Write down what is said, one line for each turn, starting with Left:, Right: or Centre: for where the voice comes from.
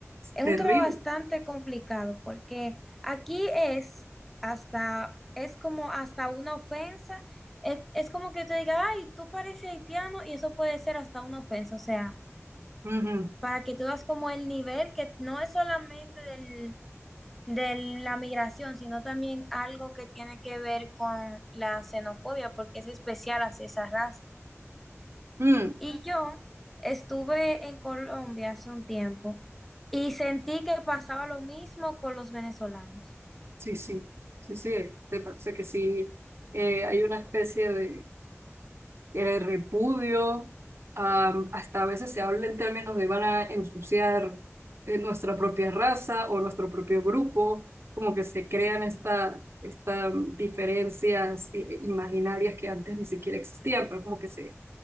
Centre: Es
Right: terrible.
Centre: un trabajo bastante complicado porque aquí es hasta, es como hasta una ofensa. Es, es como que te diga, ay, tú pareces haitiano y eso puede ser hasta una ofensa. O sea,
Right: Ujú.
Centre: para que tú das como el nivel que no es solamente del, de la migración, sino también algo que tiene que ver con la xenofobia porque es especial hacia esa raza.
Right: Mm,
Centre: Y yo estuve en Colombia hace un tiempo y sentí que pasaba lo mismo con los venezolanos.
Right: Sí, sí, sí, sí, me parece que sí, eh, hay una especie de el repudio, am, hasta a veces se habla en términos de van a ensuciar eh, nuestra propia raza o nuestro propio grupo, como que se crean estas esta, esta, mm, diferencias eh, eh, imaginarias que antes ni siquiera existían, pero como que se